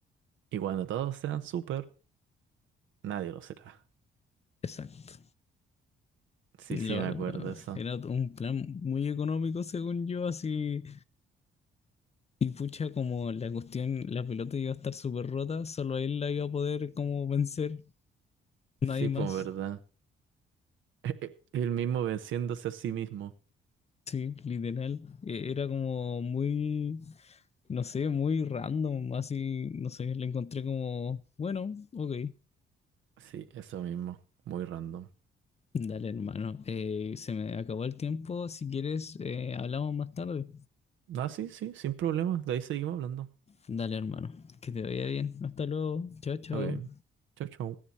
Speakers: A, on the right (about 75°); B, on the left (about 30°).
A: Y cuando todos sean súper, nadie lo será.
B: Exacto.
A: Sí,
B: Y
A: sí,
B: La verdad,
A: me acuerdo de eso.
B: era un plan muy económico según yo, así. Y pucha, como la cuestión, la pelota iba a estar súper rota, solo él la iba a poder como vencer, nadie
A: Sí, pues,
B: más.
A: ¿verdad? <laughs> Él mismo venciéndose a sí mismo.
B: Sí, literal. E- Era como muy, no sé, muy random, así, no sé, le encontré como, bueno, ok.
A: Sí, eso mismo. Muy random.
B: Dale, hermano. Eh, se me acabó el tiempo. Si quieres, eh, hablamos más tarde.
A: Ah, sí, sí, sin problema. De ahí seguimos hablando.
B: Dale, hermano. Que te vaya bien. Hasta luego. Chao, chao.
A: Ok. Chau, chau.